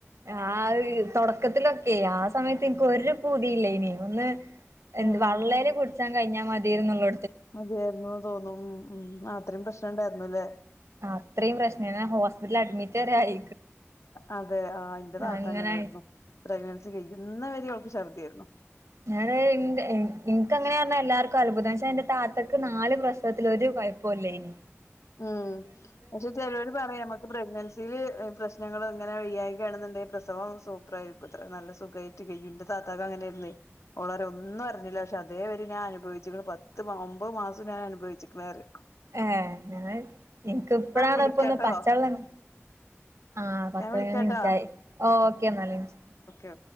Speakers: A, on the right; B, on the left.
A: ആഹ് തൊടക്കത്തിലൊക്കെ ആ സമയത്ത് ഇൻക്ക് ഒരു പൂതിയില്ലേനി. ഒന്ന് എന്ത്
B: ആഹ്
A: വള്ളേല് കുട് ച്ചാൻ കഴിഞ്ഞാ മതിയേന്നള്ളോ
B: മതിയെന്ന് തോന്നും. ഉം അത്രയും പ്രശ്നം ഉണ്ടായിരുന്നുല്ലേ
A: അത്രിം പ്രശ്നേന്ന് ഞാ ഹോസ്പിറ്റല് അഡ്മിറ്റ് വരെ ആയ്
B: അതെ ആഹ് ഇന്റെ താത്ത
A: അങ്ങനെ
B: അങ്ങനേര്ന്നു. പ്രഗ്നൻസി കയ്യുന്ന വരേ ഓ ക്ക് ശർദ്ധിയായ്രുന്നു.
A: ഞാന് ഇൻക്കങ്ങനേർഞ്ഞ എല്ലാർക്കും അത്ഭുതം ശേ ന്റെ താത്തക്ക് നാല് പ്രസവത്തില് ഒരു കൊയ്പ്പൊല്ലേനി.
B: ഉം പക്ഷെ ചെിലോര് പറയും നമക്ക് പ്രഗ്നൻസി ല് പ്രശ്നങ്ങള് ഇങ്ങനെ വയ്യായ്ക ആണ്ന്ന്ണ്ടെങ്കി പ്രസവം സൂപ്പറായിരിക്കുത്രേ നല്ല സുഖായിട്ട് കെയ്യും ഇൻ്റെ ത താത്താക്ക് അങ്ങനേര്ന്ന്വെയ് ഓളറ്യ ഒന്നും അറിഞ്ഞില പക്ഷേ അതേ വരിം ഞാൻ അനുഭവിച്ച്ക്ക്ണ് പത്ത് മാ ഒമ്പത് മാസും ഞാ നനുഭവിക്ക്ണ് അറ്യ
A: ഏഹ് ഞാന് ഇൻക്ക് ഇപ്പഴാണ്
B: വിളിക്കാട്ടോ
A: ഇപ്പൊ ഒന്ന് പച്ചെള്ള ആഹ് പത്ത്
B: ഞാൻ
A: പയ്നൊന്ന്ൻറ്റായി
B: വിളിക്കാട്ടോ
A: ഓക്കെ ഇന്നാല് ഇൻഷാ
B: ഓക്കെ